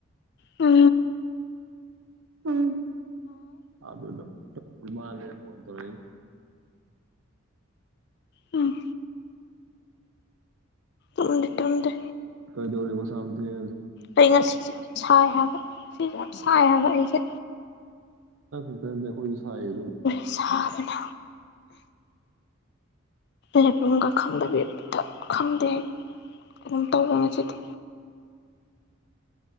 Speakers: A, on the left; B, on the right.
A: ꯎ
B: ꯎꯝ ꯑꯗꯗ ꯇ ꯃꯥ ꯂꯩ ꯐꯣꯟ ꯇꯧ
A: ꯎꯝ ꯎ ꯇ ꯎꯗ
B: ꯀꯩꯗꯧꯔꯤꯕꯁꯝ ꯊ
A: ꯑꯩ ꯉꯁꯤ ꯁꯥꯏ ꯍꯥꯏꯕ ꯁꯤꯁꯦ ꯌꯥꯝ ꯁꯥꯏ ꯍꯥꯏꯕ ꯑꯩꯁꯦ
B: ꯈꯨꯝ ꯐꯈꯣꯁꯥꯏ ꯑꯗꯨ
A: ꯁꯅ ꯂꯩꯐꯝꯒ ꯈꯪꯗꯕꯤ ꯈꯪꯗꯦ ꯑꯗꯨꯝ ꯇꯧꯕ ꯉꯁꯤꯗꯤ